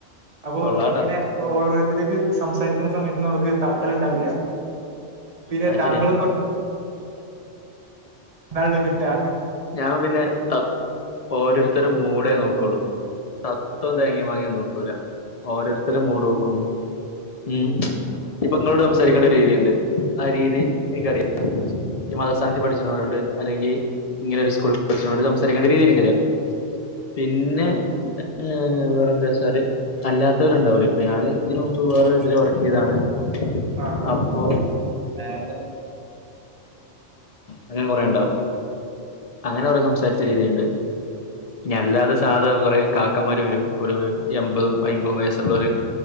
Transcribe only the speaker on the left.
കൊള്ളാട്ടാ
അയ്ശര്യാ
ഞാപിന്നെ ത ഓരോരുത്തര മൂഡെ നോക്കുള്ളു. ത തൊ തേങ്ങ്യേം മാങ്ങേം ഒന്നോക്കൂ ല. ഓരോര്ത്തരെ മൂടൾക്കും ഉം ഇപ്പങ്ങളോടംസാരിക്കേണ്ട രീതിണ്ട്. ആ രീതി എനിക്കറിയ. ഈ മത സ്ഥാനത്തി പഠി <unintelligible> അല്ലെങ്കി ഇങ്ങനെ ഒരു സ്ക്കൂള് പഠിച്ചോണ്ട് സംസാരിക്കേണ്ട രീതി എനിക്കറിയാ പിൻന്നെ ങേ വേറന്തച്ചാല് അല്ലാത്തോര് ണ്ടാവൂലെ പ ഞാന് തിന് മുമ്പ് വേറ <unintelligible> വർക്കെയ്താണ്. <inaudible>
അപോ,
അങ്ങന കൊറെ ണ്ടാവും. അങ്ങന കൊറെ സംസാരിച്ച രീതീണ്ട്. ന്യല്ലാതെ സാദാ കൊറെ കാക്കന്മാര് വെരും ഒരു എൺമ്പതും, അയ്മ്പതും, വയസ്സുള്ളോർ